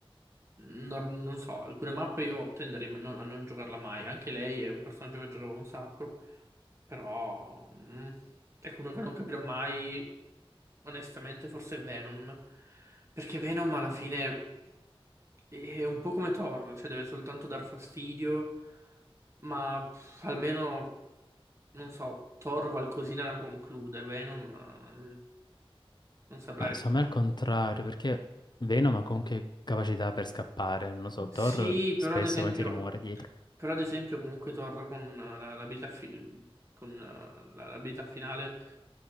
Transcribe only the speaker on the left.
Ma secondo me al contrario, perché Venom ha comunque capacità per scappare, non lo so,
Thor spesso
e volentieri muore dietro.